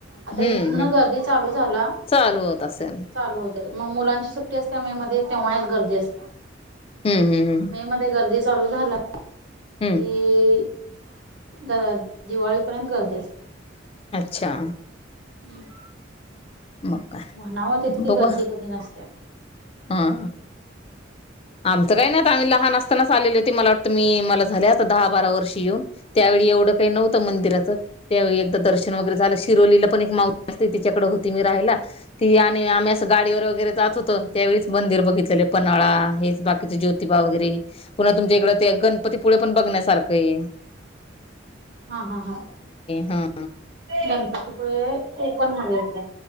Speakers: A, on the right (about 70°); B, on the left (about 30°).
A: आता
B: हम्म
A: इथनं
B: हम्म
A: गर्दी चालू झाला
B: चालू होत असेल
A: चालू होते मग मुलांची सुट्टी असते मेध्ये तेव्हा एक गर्दी असते
B: हम्म हम्म
A: मे मध्ये गर्दी चालू झालं कि
B: हम्म
A: द दिवाळीपर्यंत गर्दी असते
B: अच्छा
A: हम्म
B: मग काय
A: म्हणावत इतकी
B: बघू
A: गर्दी कधी नसते
B: हा आमचं काही नाही आम्ही लहान असतानाच आलेली होते मला वाटतं मी मला झाले आता दहा बारा वर्ष कृषून त्यावेळी एवढं काही नव्हतं मंदिराचं त्यावेळी एकदा दर्शन वगैरे झालं शिरोलीला पण एक माव अस तिच्याकडे होत ती आणि आम्ही असं गाडीवर वगैरे जात होत त्यावेळीच मंदिर बघितले पन्हाळा हेच बाकीचे जोतिबा वगैरे पुन्हा तुमच्या इकडे ते गणपतीपुळे पण बघण्यास सारखंही
A: हा हा हा
B: हा
A: गणपतीपळे कोकण मध्ये येत